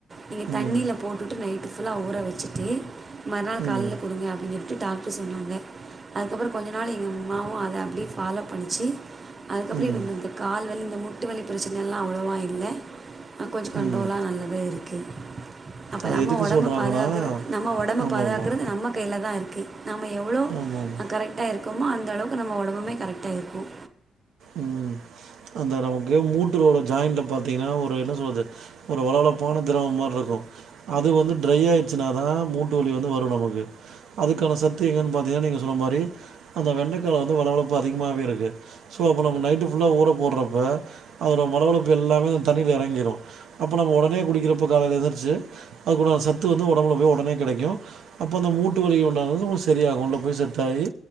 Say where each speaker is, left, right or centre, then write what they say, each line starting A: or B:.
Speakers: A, on the right; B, on the right.
A: நீங்க தண்ணியில
B: ம்
A: போட்டுவிட்டு நைட்டு ஃபுல்லா ஊற வச்சுட்டு மறுநாள்
B: ம்
A: காலையில் குடிங்க அப்டிங்கிறது விட்டு டாக்டரு சொன்னாங்க அதுக்கப்பற கொஞ்ச நாள் எங்க அம்மாவும் அத அப்டியே ஃபாலோ பண்ணுச்சு அதுக்கப்பற
B: ம்
A: இப்போ இந்த இந்த கால் வலி இந்த முட்டு வலி பிரச்சனைெலா அவ்ளோவா இல்ல கொஞ்ச கண்ட்ரோலா
B: ம்
A: நல்லதே இருக்கு அப்போ
B: அது
A: நம்ம
B: எதுக்கு
A: உடம்ப
B: சொல்கிறாங்கன்னா
A: பாதுகாக்கிற நம்ம உடம்ப
B: ஆமாம் ஆமாம்
A: நம்ம கையில தா இருக்கு நம்ம எவ்ளோ
B: ஆமாம் ஆமாம்
A: கரைக்ட இருக்கோமோ அந்த அளவுக்கு நம்ம உடம்புமே கரெக்டா இருக்கும்
B: ம் அந்த நமக்கு மூட்டுரோட ஜாயிண்ட்ல பார்த்தீங்கன்னா ஒரு என்ன சொல்றது ஒரு வளவளப்பான்ன திரவ மாதிரி இருக்கும் அது வந்து ட்ரரை ஆயிடுச்சுனா தா மூட்டு வலி வந்து வரு நமக்கு அதுக்கான சத்து எங்கன்னு பார்த்தீங்கன்னா நீங்க சொன்ன மாதிரி அந்த வெண்டைக்கால வந்து வளவளர்பு அதிகமாகவே இருக்கு ஸோ அப்போ நம்ம நைட்டு ஃபுல்லா ஊற போடுறப்ப அதோட வளழப்பு எல்லாமே இந்த தண்ணியில இறங்கிடும் அப்ப நம்ம ஒடனே குடிக்கிறப்ப காலைல எந்துருச்சு அதுக்குட சத்து வந்து ஒடம்புல போய் ஒடனே கெடைக்கு அப்போ அந்த மூட்டு வலி உண்டானது உங்களுக்கு சரியாகு உள்ள போய் செட்டாயி